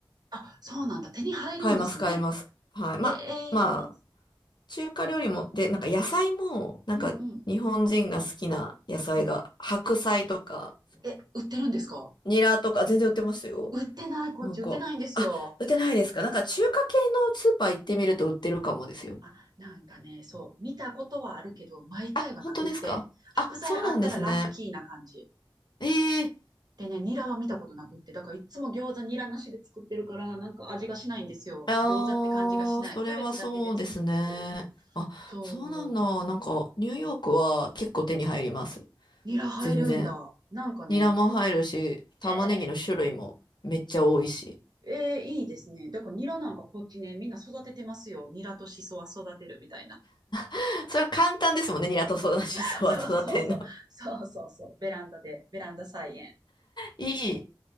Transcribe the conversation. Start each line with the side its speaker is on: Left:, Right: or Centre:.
Right: あ、そうなんだ。手に入るんですね。
Left: 買えます、買えます。はい。まあ、
Right: へえ。
Left: まあ、中華料理も、で、なんか野菜も、なんか日本人が好きな野菜が、
Right: うんうんうん。
Left: 白菜とか、
Right: え、売ってるんですか
Left: ニラとか、全然売ってますよ。
Right: 売ってない、こっち売ってないんですよ。
Left: 向こう。あ、売ってないですかなんか中華系のスーパー行ってみると売ってるかもですよ。
Right: あ、なんかね、そう、見たことはあるけど、毎回はなくって、
Left: あ、本当ですかあ、
Right: 白菜あったらラッキーな感じ。
Left: そうなんですね。ええ
Right: でね、ニラは見たことなくって、だからいつも餃子ニラなしで作ってるから、なんか味がしないんですよ。
Left: ああそれはそうですね。
Right: 餃子って感じがしない。キャベツだけで作ってる。
Left: あ、
Right: そう、
Left: そうなんだ。なんか、ニューヨークは結構手に入ります。
Right: ニラ入るんだ。
Left: 全然。
Right: なんかね、
Left: ニラも入るし、玉ねぎの種類もめっちゃ多いし。
Right: へえ。ええ、いいですね。だからニラなんかこっちね、みんな育ててますよ。ニラとシソは育てるみたいな。
Left: <laughs> それは簡単ですもんね、ニラと育しそは育てるの。
Right: <laughs> そうそうそう。そうそうそう。ベランダで、ベランダ菜園。
Left: <laughs> いい。